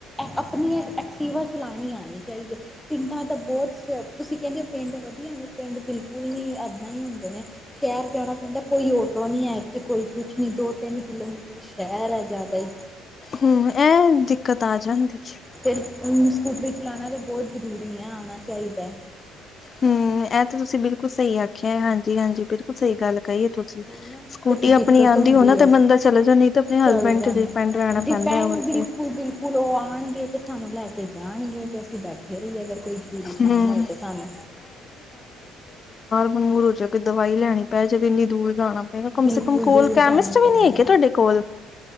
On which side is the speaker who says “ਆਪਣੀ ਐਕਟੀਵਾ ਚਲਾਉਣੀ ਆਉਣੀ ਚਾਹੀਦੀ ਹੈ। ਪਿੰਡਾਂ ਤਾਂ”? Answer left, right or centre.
Centre